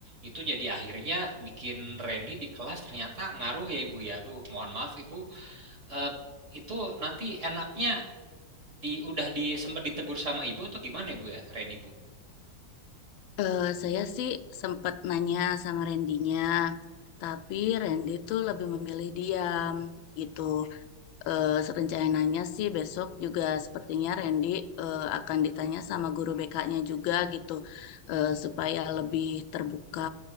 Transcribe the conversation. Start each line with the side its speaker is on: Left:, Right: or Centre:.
Right: itu jadi akhirnya bikin Randy di kelas ternyata ngaruh ya ibu ya. Aduh, mohon maaf ibu. Eh, itu nanti enaknya di udah di sempet ditegur sama ibu atau gimana ibu ya, Randy bu?
Left: Eh, saya sih sempat nanya sama Randinya, tapi Randy tuh lebih memilih diam gitu. Eh, rencananya sih besok juga sepertinya Randy eh, akan ditanya sama guru BK-nya juga gitu eh, supaya lebih terbuka.